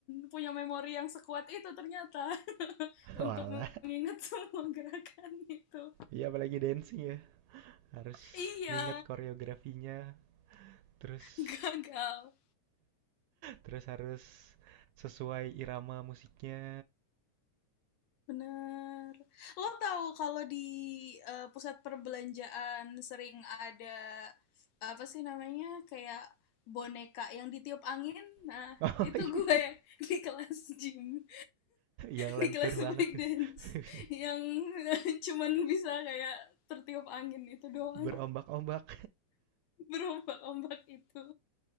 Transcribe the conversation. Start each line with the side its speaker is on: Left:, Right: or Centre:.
Left: punya memori yang sekuat itu ternyata <laughs>
Right: <laughs> walah.
Left: untuk mengingat <laughs> semua gerakan itu.
Right: Iya apalagi dancing ya. Harus
Left: Iya,
Right: nginget koreografinya, terus
Left: gagal.
Right: terus harus sesuai irama musiknya.
Left: Bener. Lo tahu kalau di eh, pusat perbelanjaan sering ada apa sih namanya kayak boneka yang ditiup angin? Nah,
Right: <laughs> Oh
Left: itu
Right: iya,
Left: gue <laughs> di kelas gym,
Right: yang
Left: di
Right: lentur
Left: kelas
Right: banget
Left: breakdance
Right: tuh. <laughs>
Left: yang <laughs> cuman bisa kayak tertiup angin itu doang
Right: Berombak-ombak.
Left: <laughs> berombak-ombak itu